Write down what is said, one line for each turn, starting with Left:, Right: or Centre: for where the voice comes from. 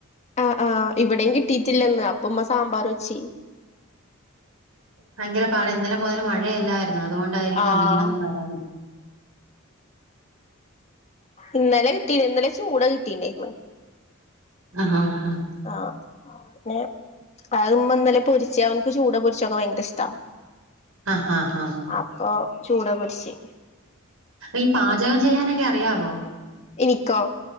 Left: അഹ് ആഹ് ഇവിടെയും കിട്ടീട്ടില്ലിന്ന്. അപ്പ ഉമ്മ സാമ്പാറ് വെച്ച്.
Right: ഭയങ്കര പാടാ. ഇന്നലെ മുതൽ മഴയല്ലായിരുന്നോ. അതുകൊണ്ടായിരിക്കാം
Left: ആഹ്
Right: മീനൊന്നും വരാഞ്ഞേ.
Left: ഇന്നലെ കിട്ടീന് ഇന്നലെ ചൂട കിട്ടീണ്ടായിന്ന്.
Right: അഹ് ആഹ് ആഹ്.
Left: ആഹ് പിന്നെ അത് ഇമ്മ ഇന്നലെ പൊരിച്ച്. അവൻക്ക് ചൂട പൊരിച്ചതൊക്കെ ഭയങ്കര ഇഷ്ടാ.
Right: ഹ ആഹ് ആഹ്
Left: അപ്പൊ ചൂട പൊരിച്ച്
Right: ഈ പാചകം ചെയ്യാനൊക്കെ അറിയാവോ
Left: എനിക്കോ